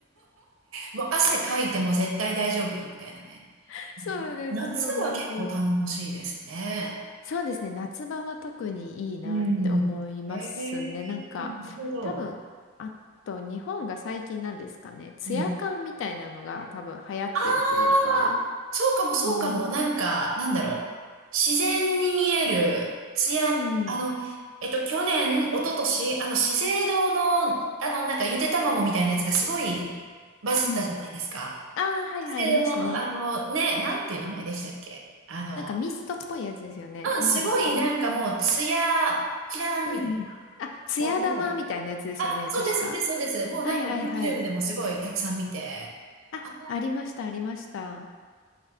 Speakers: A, on the right; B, on the left.
A: もう汗かいても絶対大丈夫よ、みたいなね。
B: <laughs> そうです、
A: 夏は結構頼もしいですね。
B: そうです。そうですね。夏場は特にいいなって思いますね。
A: うん。ええ、
B: なんか、
A: なるほど。
B: 多分、あと日本が最近なんですかね。ツヤ感みたいなのが多分流行ってるというか。
A: うん。あそうかもそうかも、
B: うん。
A: なんか、なんだろう。自然に見える、艶の、
B: うんうん。
A: あの、えっと、去年、一昨年、あの、資生堂の、あの、なんか、ゆで卵みたいなやつがすごいバズったじゃないですか。
B: うん。ああ、はいはい、
A: 資生堂の、
B: ありましたね。
A: あの、ね、なんていう名前でしたっけあの、
B: なんかミストっぽいやつですよね。
A: うん、
B: なんだっけ
A: すごい、なんかもう、艶、キラーンみたいな。
B: うんうん。あ、艶玉みたいなやつですよね。
A: おうあ、そうです、
B: 確か。
A: そうです、そうです。もうなんか
B: はいはいはい。
A: YouTube でもすごいたくさん見て。
B: あ、
A: ああ、
B: ありました、ありました。